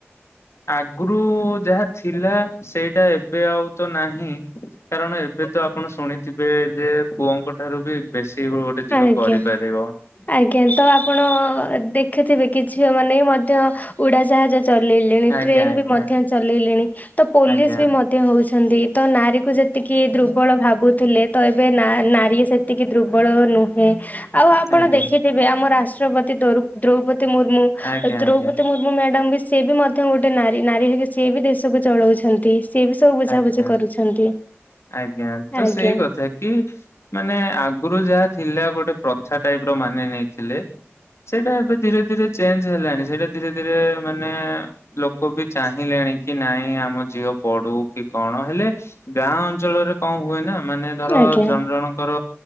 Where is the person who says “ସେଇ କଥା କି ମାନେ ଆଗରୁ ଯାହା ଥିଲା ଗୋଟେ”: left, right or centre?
Left